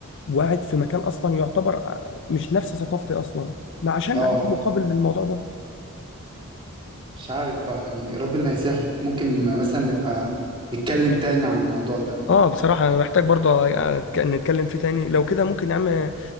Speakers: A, on the left; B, on the right.
A: وقاعد في مكان اصلا يعتبر مش نفس ثقافتي اصلا ما عشان
B: اه
A: اقدم مقابل للموضوع ده
B: مش عارف بقى يعني ربنا يسهل ممكن مثلا نبقى نتكلم تاني عن الموضوع ده
A: اه بصراحة أنا محتاج برضه آه، أتك- نتكلم فيه تاني لو كده ممكن يا عم آه،